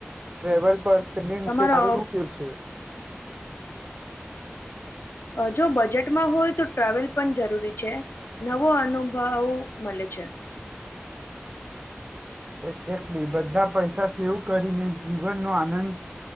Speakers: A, on the right; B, on the left.
A: ટ્રવેલ પર્સ ફેન્ડિંગ
B: તમારો
A: વિશે તારું શું કેવું છે?
B: અ જો બજેટમાં હોય તો ટ્રાવેલ પન જરૂરી છે. નવો અનુભવ મલે છે.
A: એક્ઝેક્ટલી બધા પૈસા સેવ કરીને જીવનનો આનંદ